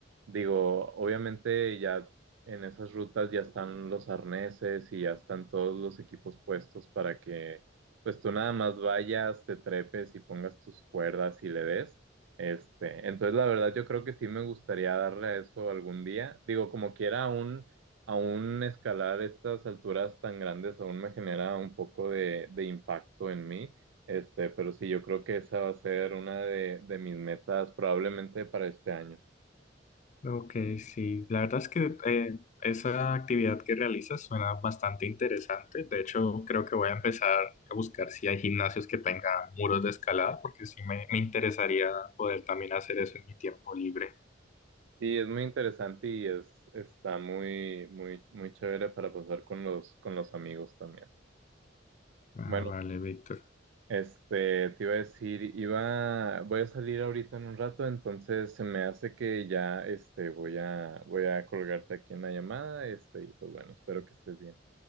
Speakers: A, on the right; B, on the left.
A: Digo, obviamente ya en esas rutas ya están los arneses y ya están todos los equipos puestos para que pues tú nada más vayas, te trepes y pongas tus cuerdas y le des. Este, entonces la verdad yo creo que sí me gustaría darle a eso algún día. Digo, como quiera, aún, aún escalar estas alturas tan grandes aún me genera un poco de, de impacto en mí. Este, pero sí, yo creo que esa va a ser una de, de mis metas probablemente para este año.
B: Ok, sí, la verdad es que eh, esa actividad que realizas suena bastante interesante. De hecho, creo que voy a empezar a buscar si hay gimnasios que tengan muros de escalada, porque sí me, me interesaría poder también hacer eso en mi tiempo libre.
A: Sí, es muy interesante y es, está muy, muy, muy chévere para pasar con los, con los amigos también.
B: Ah,
A: Bueno,
B: vale, Víctor.
A: Este, te iba a decir, iba, voy a salir ahorita en un rato, entonces se me hace que ya, este, voy a, voy a colgarte aquí en la llamada, este, y pues bueno, espero que estés bien.